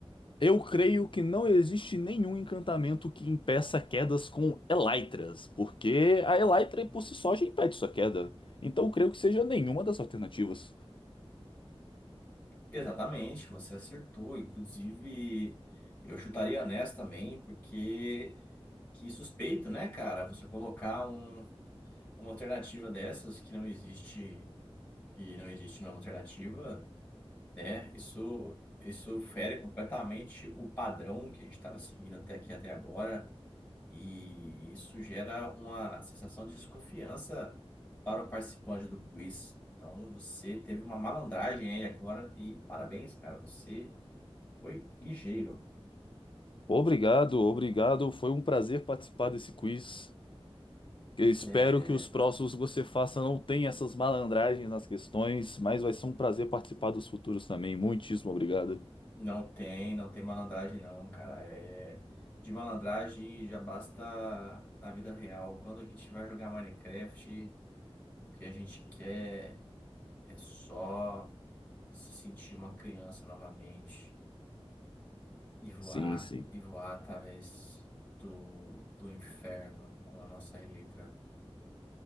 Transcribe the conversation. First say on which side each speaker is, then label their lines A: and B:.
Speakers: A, on the left (about 55°); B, on the left (about 15°).
A: Eu creio que não existe nenhum encantamento que impeça quedas com elytras, porque a elytra por si só já impede sua queda. Então eu creio que seja nenhuma das alternativas.
B: Exatamente, você acertou. Inclusive, eu chutaria nessa também, porque que suspeito, né, cara? Você colocar um- uma alternativa dessas que não existe, que não existe nenhuma alternativa, né? Isso, isso fere completamente o padrão que a gente estava seguindo até aqui, até agora E isso gera uma sensação de desconfiança para o participante do quiz. Então você teve uma malandragem aí agora e parabéns, cara. Você foi ligeiro.
A: Obrigado, obrigado. Foi um prazer participar desse quiz. Eu espero
B: É,
A: que os próximos que você faça não tenham essas malandragens nas questões, mas vai ser um prazer participar dos futuros também. Muitíssimo obrigado.
B: não tem, não tem malandragem não, cara. É, de malandragem já basta na vida real. Quando a gente vai jogar Minecraft, o que a gente quer é só se sentir uma criança novamente. e voar,
A: Sim, sim.
B: e voar através do, do inferno com a nossa Eletra.